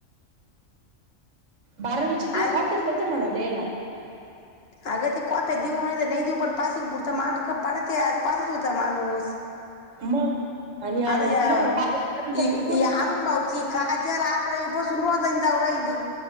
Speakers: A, on the right (about 75°); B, on the left (about 55°).
A: बारावीची द
B: ऐक
A: खोटच देते म्हणाली. लेला
B: अगं ते कॉप्या देऊ नाही नाही देऊ पण पासिंग पुरतं म पडत आज पासच होता माणूस
A: मग आणि आ
B: आता या
A: तिला म्हणा
B: ती
A: बारावीनंतर एक
B: ती
A: वर्ष
B: अरुण भाऊची काजल अकरावी पासून रोजानी जाऊ राहिली